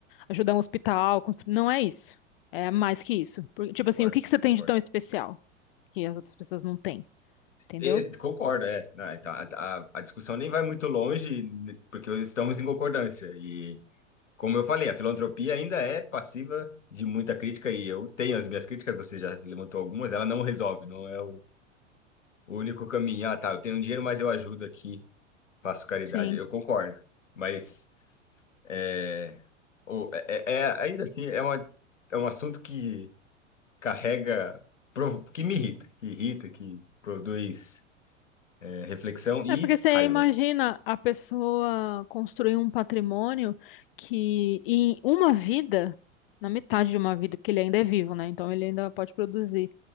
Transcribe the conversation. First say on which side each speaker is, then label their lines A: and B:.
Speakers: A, on the left; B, on the left.
A: ajudar um hospital, construir. Não é isso. É mais que isso. Por- tipo
B: Concordo,
A: assim, o que que você tem
B: concordo.
A: de tão especial que as outras pessoas não têm? Entendeu?
B: E- concordo, é. Não, então, a, a- a discussão nem vai muito longe, né, porque estamos em concordância. E, como eu falei, a filantropia ainda é passiva de muita crítica, e eu tenho as minhas críticas, você já levantou algumas, ela não resolve, não é o o único caminho. Ah, tá, eu tenho dinheiro, mas eu ajudo aqui, faço caridade.
A: Sim.
B: Eu concordo. Mas é, o- é, é- é- ainda assim, é, uma, é um assunto que carrega, provo- que me irrita, que irrita, que produz é, reflexão e
A: É porque você
B: raiva.
A: imagina a pessoa construir um patrimônio que em uma vida, na metade de uma vida, porque ele ainda é vivo, né? Então ele ainda pode produzir.